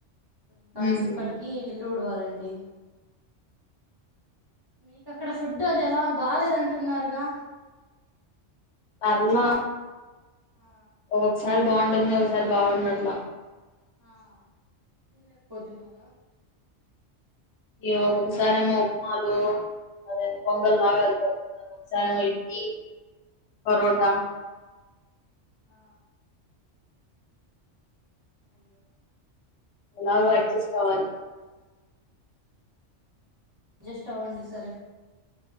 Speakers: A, on the right (about 25°); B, on the left (about 75°).
A: ఇప్పుడు ఇంక
B: ఉమ్
A: అంట్లు కడిగి ఇల్లు ఉడవాలండి మీకు అక్కడ ఫుడ్ అది ఎల బాలేదంటున్నారుగా
B: పర్ల
A: ఏమి బా ఆ
B: ఒక్కొక్కసారి బావుంటుంది ఒకసారి బావుం <unintelligible>
A: ఆ తినలేకపోతున్నార
B: ఈ ఒక్కొక్కసారి ఏమో ఉప్మాలు అదె పొంగల్
A: ఉమ్
B: లాగ అవి పెడుతున్నారు <unintelligible> ఇడ్లీ పరోట
A: ఆ అయ్యో
B: ఎలాగొ అడ్జస్ట్ అవ్వాలి
A: ఆడ్జెస్ట్ అవండి సరే